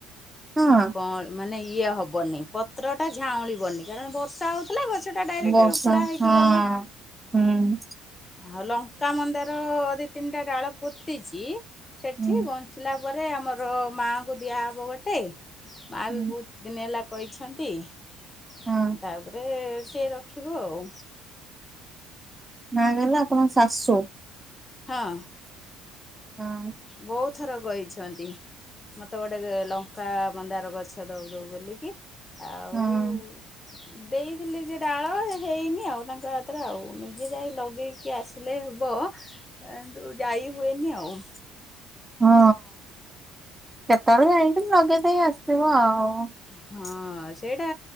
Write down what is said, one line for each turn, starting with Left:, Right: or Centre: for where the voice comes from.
Right: ହଁ।
Left: ହଁ ମାନେ ଇଏ ହବନି ପତ୍ର ଟା ଝାଉଁଳିବନି କାରଣ ବର୍ଷା ହଉ ଥିଲା ଗଛ ଟା ଡାଇରେକ୍ଟ
Right: ବର୍ଷା
Left: ଉପୁଡା ହେଇକି
Right: ହଁ
Left: ଗଲା।
Right: ହୁଁ
Left: ଆଉ ଲଙ୍କା ମନ୍ଦାର ଦି ତିନିଟା ଡାଳ ପୋତିଛି ସେଠି
Right: ହୁଁ
Left: ଫୁଟିଲା ପରେ ଆମର ମାଆଙ୍କୁ ଦିଆହବ ଗୋଟେ। ମା
Right: ହୁଁ
Left: ବି ବହୁତ ଦିନ ହେଲା କହିଛନ୍ତି ତାପରେ
Right: ହଁ।
Left: ତାପରେ ସିଏ ରଖିବ ଆଉ।
Right: ମା ମାନେ ଆପଣଙ୍କ ଶାଶୁ।
Left: ହଁ।
Right: ଓହ।
Left: ବହୁତଥର କହିଁଛନ୍ତି। ମତେ ଗୋଟେ ଲଙ୍କା ମନ୍ଦାର ଗଛ ଦବୁ ଦବୁ ବୋଲିକି ଆଉ
Right: ହଁ
Left: ଦେଇଥିଲି ଯେ ଡାଳ ହେଇନି ଆଉ ତାଙ୍କ ହାତରେ ଆଉ ନିଜେ ଯାଇ ଲଗେଇକି ଆସି ହେଲେ ହବ କିନ୍ତୁ ଯାଇ ହୁଏନି ଆଉ।
Right: ହଁ କେତେବେଳୁ ଜାଇଁକି ଲଗେଇ ଦେଇେଇ ଆସିଥିବ ଆଉ।
Left: ହଁ ସେଇଟା